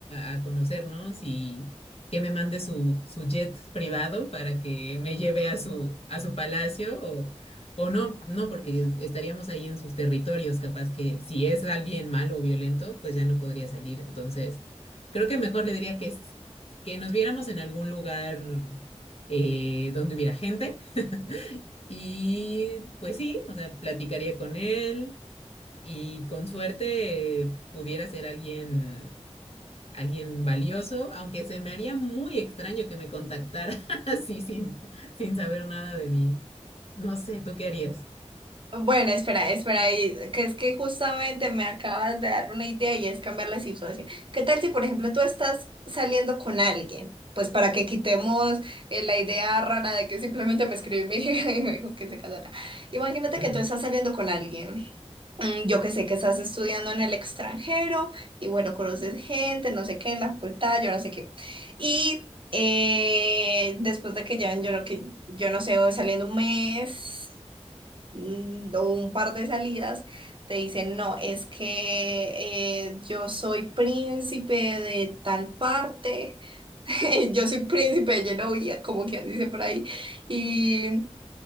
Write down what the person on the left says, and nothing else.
a, a conocernos y que me mande su, su jet privado para que me lleve a su, a su palacio o no, no, porque es- estaríamos ahí en sus territorios, capaz que si es alguien malo o violento, pues ya no podría salir. Entonces, creo que mejor le diría que, es- que nos viéramos en algún lugar eh, donde hubiera gente. <laughs> Y pues sí, o sea, platicaría con él y con suerte eh, pudiera ser alguien, alguien valioso, aunque se me haría muy extraño que me contactara <laughs> así sin, sin saber nada de mí. No sé, ¿tú qué harías?
Ajá.